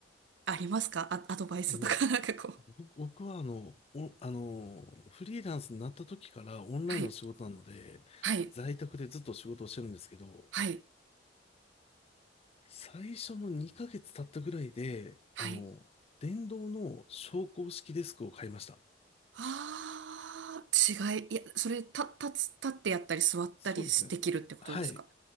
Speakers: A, on the right (about 85°); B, on the left (about 35°).
A: ありますかあ、アドバイスとか、
B: もうね、
A: <laughs> なんかこう。
B: 僕僕はあの、お、あの、フリーランスになった時からオンラインの仕事なので、
A: はい、はい、
B: 在宅でずっと仕事をしてるんですけど、
A: はい、
B: 最初の2ヶ月経ったぐらいで、
A: はい。
B: あの、電動の昇降式デスクを買いました。
A: ああ、違い、いや、それ、た、立つ、立ってやったり座ったりできるってことですか
B: そうですね。はい。